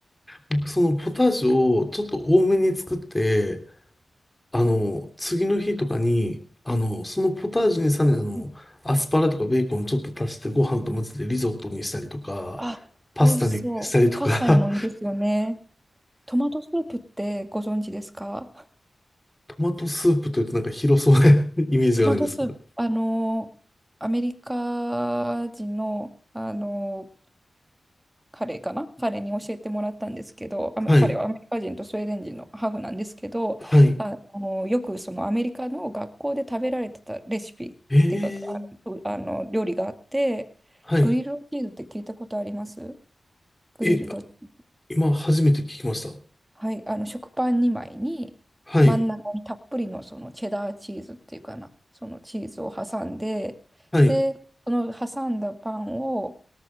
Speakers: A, on the left (about 20°); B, on the right (about 15°).
A: 僕そのポタージュをちょっと多めに作って、あの、次の日とかに、あの、そのポタージュにさらにあの、
B: うん
A: アスパラとかベーコンちょっと足してご飯と混ぜてリゾットにしたりとか、
B: あ、
A: パスタにしたりとか、
B: 美味しそう。パスタにもいいですよね。トマトスープってご存知ですか
A: <laughs> トマトスープというとなんか広そうな <laughs> イメージがあるんですけど。
B: トマトスープ、あの、アメリカ人の、あの、彼かな彼に教えてもらったんですけど、アメ彼はアメリカ人とスウェーデン人のハーフなんですけど、
A: はい。はい。
B: あのよくそのアメリカの学校で食べられてたレシピっていうか、
A: えー、
B: ああの料理があって、
A: はい。
B: グリルドチーズって聞いたことありますグリルドチーズ。
A: え、今初めて聞きました。
B: はい、あの食パン2枚に真ん中にたっぷりのそのチェダーチーズっていうかな、
A: はい。
B: そのチーズを挟んで、
A: はい。
B: で、その挟んだパンを